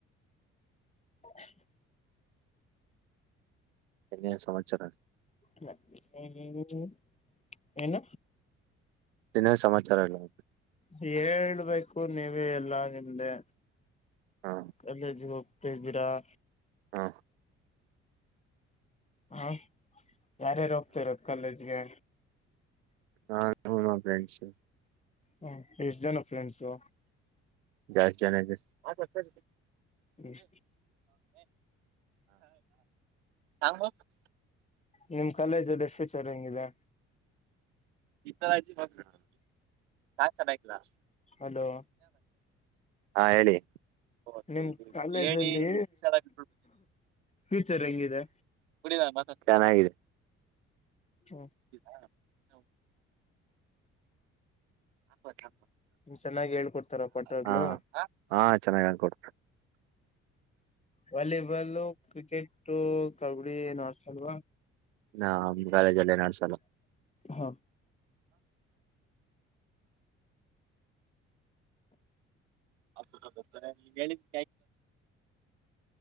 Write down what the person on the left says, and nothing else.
<unintelligible> <inaudible>
ಹ್ಮ್ ಹ್ಮ್ ಹ್ಮ್ ಏನ
ಹೇಳ್ಬೇಕು ನೀವ ಎಲ್ಲಾ ನಿಮ್ದೆ
ಅಲ್ಲೇಜವ ತಜಬರ <unintelligible>
ಹಾ ಯಾರ್ಯಾರು ಹೋಗ್ತಾ ಇರೋದು ಕಾಲೇಜ್ಗೆ
ಹ ಎಷ್ಟ ಜನ ಫ್ರೆಂಡ್ಸು
ಹ್ಮ್
ನಿಮ <inaudible> ಕಾಲೇಜ್ ಅಲ್ಲಿ ಫ್ಯೂಚರ್ ಹೆಂಗಿದೆ
ಅಲೋ
ನಿಮ್ ಕಾಲೇಜಲ್ಲಿ
ಫ್ಯೂಚರ್ ಹೆಂಗಿದೆ
ಹ್ಮ್
ಚೆನ್ನಾಗಿ ಹೇಳ್ಕೊಡ್ತಾರ ಪಟ್ವಾಗ್ಲು
ವಾಲಿಬಲ್ ಕ್ರಿಕೆಟ್ ಕಗ ನಸಲ್
ಹ್ಮ